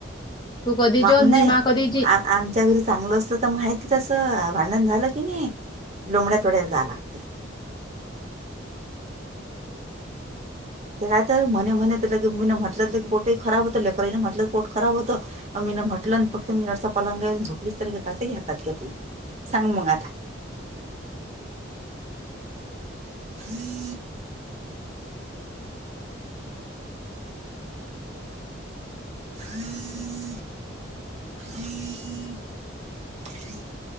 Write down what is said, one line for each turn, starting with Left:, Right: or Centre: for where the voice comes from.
Left: तू कधी
Right: म
Left: जेव
Right: नाई
Left: मी मा कधी जी.
Right: आमच्या घरी चांगलं असत तर मग माहिती तसं भांडण झालं की नाही लोंब्याडया थोड्या जाय लागते. ते काय तर म्हणे म्हणत की मी म्हटलंलं की पोटही खराब होतं लेकरान म्हटलं पोट खराब होतं. मी ना म्हटलं आणि फक्त मी अडसा पलंग येऊन झोपलीच तर ताट ही घेतल हातात घेत सांग मग आता. <inaudible> <inaudible> <inaudible>